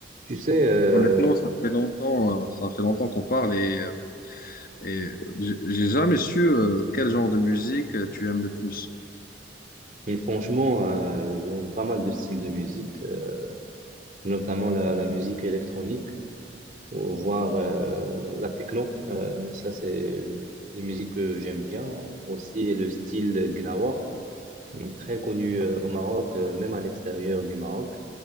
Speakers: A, on the right (about 45°); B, on the left (about 50°).
A: Tu sais, euh,
B: Honnêtement, ça fait longtemps, euh, ça fait longtemps qu'on parle et, euh, et j'ai j'ai jamais su euh, quel genre de musique euh, tu aimes le plus.
A: franchement, euh, j'aime pas mal de styles de musique, euh, notamment la, la musique électronique, ou- voire euh, la techno. Euh, ça, c'est des musiques que j'aime bien. Aussi, le style Gnawa, mm, très connu euh, au Maroc, euh, même à l'extérieur du Maroc.